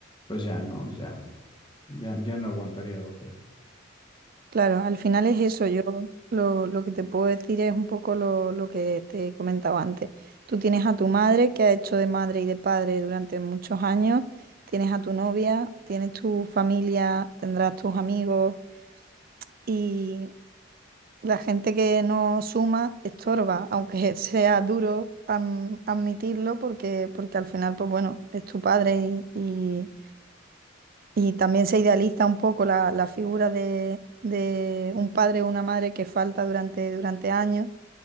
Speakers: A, on the left (about 25°); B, on the right (about 50°).
A: pues ya, ¿no? Ya, ya, ya no aguantaría otra.
B: Claro, al final es eso. Yo lo, lo que te puedo decir es un poco lo, lo que te comentaba antes. Tú tienes a tu madre que ha hecho de madre y de padre durante muchos años, tienes a tu novia, tienes tu familia, tendrás tus amigos y la gente que no suma estorba, aunque <laughs> sea duro am- admitirlo porque, porque al final, pues bueno, es tu padre y, y y también se idealiza un poco la, la figura de, de un padre o una madre que falta durante, durante años